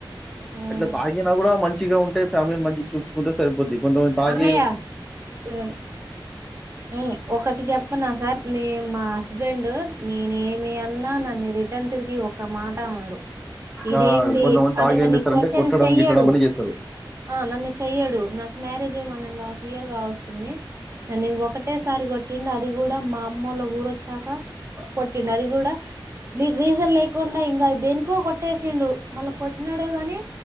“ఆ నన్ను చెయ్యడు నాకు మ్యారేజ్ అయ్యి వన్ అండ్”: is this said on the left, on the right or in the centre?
Right